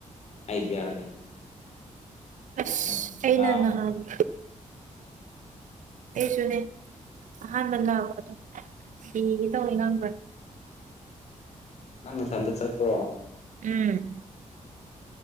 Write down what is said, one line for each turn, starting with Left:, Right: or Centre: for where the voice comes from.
Left: ꯑꯥꯏꯗꯤꯌꯥ ꯂꯩꯔꯦ
Right: ꯑꯁ
Left: ꯅꯠꯇ꯭ꯔꯗꯤ
Right: ꯑꯩꯅ
Left: ꯉꯥꯎꯕꯅꯦ
Right: ꯅꯍꯟ <unintelligible>
Left: <unintelligible>
Right: ꯑꯩꯁꯨꯅꯦ ꯑꯍꯥꯟꯕ ꯂꯥꯛꯄꯗꯣ ꯁꯤꯒ‌ꯦ ꯇꯧꯋ‌ꯦ ꯉꯥꯡꯕꯔ
Left: ꯅꯪ ꯅꯊꯟꯗ ꯆꯠꯄꯔꯣ
Right: ꯎꯝ